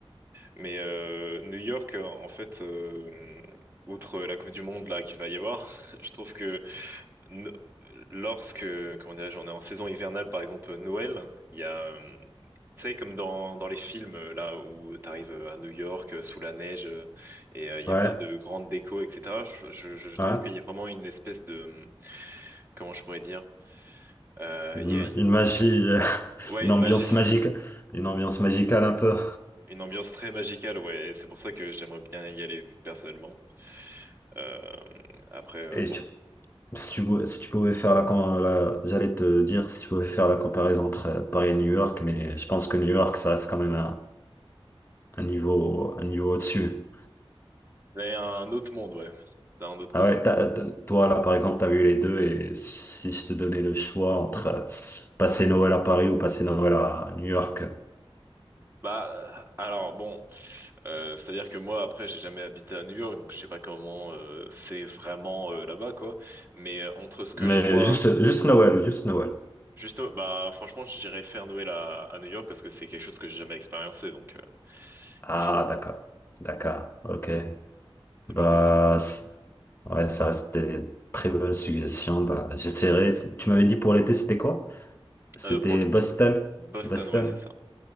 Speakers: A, on the right; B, on the left.
A: mais euh, New York, euh, en fait, euh, outre la Coupe du Monde là qu'il va y avoir, <laughs> je trouve que no- lorsque, comment dirais-je, on est en saison hivernale, par exemple euh, Noël, il y a, euh, tu sais, comme dans, dans les films, euh, là, où t'arrives euh, à New York, euh, sous la neige, euh, et euh, il y
B: Ouais,
A: a plein de grandes décos, etc. Je, je- je trouve
B: ouais.
A: qu'il y a vraiment une espèce de, comment je pourrais dire, euh,
B: Une,
A: il y a,
B: une magie, euh, <laughs>
A: ouais,
B: une
A: une
B: ambiance
A: magie, c'est
B: magique,
A: ça.
B: une ambiance magicale un peu.
A: Une ambiance très magicale, ouais, et c'est pour ça que j'aimerais bien y aller personnellement. Euh, après, euh,
B: Et
A: bon.
B: tu- si tu, pouvais- si tu pouvais faire la, com- la- j'allais te dire si tu pouvais faire la comparaison entre euh, Paris et New York, mais je pense que New York, ça reste quand même un niveau, un niveau au-dessus.
A: C'est un autre monde, ouais. C'est un autre
B: Ah
A: monde.
B: ouais, t'as- t'as- toi, là, par exemple, t'as vu les deux, et si je te donnais le choix entre euh, passer Noël à Paris ou passer Noël à New York,
A: Bah, euh, alors bon, euh, c'est-à-dire que moi après j'ai jamais habité à New York, donc je sais pas comment euh, c'est vraiment euh, là-bas quoi. Mais euh, entre ce
B: mais
A: que je vois,
B: juste, juste Noël, juste Noël.
A: juste bah franchement j'irais faire Noël à, à New York parce que c'est quelque chose que j'ai jamais expériencé, donc euh,
B: Ah,
A: il faut.
B: d'accord, d'accord, ok.
A: C'est
B: Bah,
A: plutôt pour
B: c- ouais, ça reste des très bonnes suggestions. Bah, j'essaierai. Tu m'avais dit pour l'été, c'était quoi? C'était
A: euh, euh, pour le-
B: Boston,
A: Boston,
B: Boston.
A: ouais c'est ça,